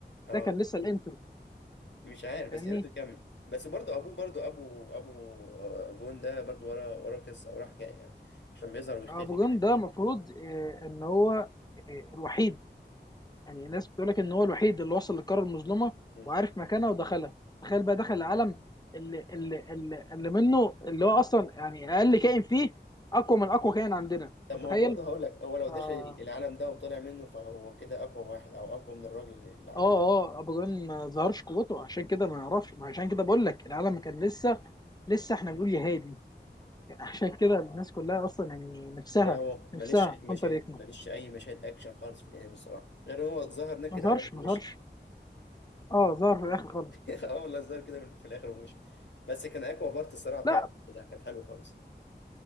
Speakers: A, on the left; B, on the left.
A: اه
B: ده كان لسه الانترو
A: مش عارف بس
B: فاهمني
A: يا ريت يكمل بس برضه ابوه برضه ابو ابو آه، جون ده برضه ورا ورا قصه او حكايه يعني عشان بيظهر ويختفي
B: آه، ابو
A: كده
B: جون
A: كتير
B: ده المفروض آه، ان هو آه، الوحيد يعني الناس بتقول لك ان هو الوحيد اللي وصل للقاره المظلمه
A: مم.
B: وعارف مكانها ودخلها تخيل بقى دخل العالم اللي اللي اللي اللي منه اللي هو اصلا يعني اقل كائن فيه اقوى من اقوى كائن عندنا
A: طب
B: متخيل
A: ما هو برضه هقول لك هو لو
B: ف-
A: دخل
B: اه
A: العالم ده وطلع منه فهو كده اقوى واحد او اقوى من الراجل العجوز
B: اه ابو جون ما ظهرش قوته عشان كده ما نعرفش ما عشان كده بقول لك العالم كان لسه لسه احنا بنقول يا هادي يعني عشان كده الناس كلها اصلا يعني نفسها
A: لا هو
B: نفسها
A: ماليش اي
B: هانتر
A: مشاهد
B: يكمل
A: ماليش اي مشاهد اكشن خالص في الانمي الصراحه غير هو ظهر نكد
B: ما ظهرش
A: على وشه
B: ما
A: ومشي
B: ظهرش اه ظهر في الاخر خالص
A: <laughs> اه والله ظهر كده من- في الاخر ومشي بس كان اقوى بارت الصراحه بتاع
B: لا
A: الانمي ده كان حلو خالص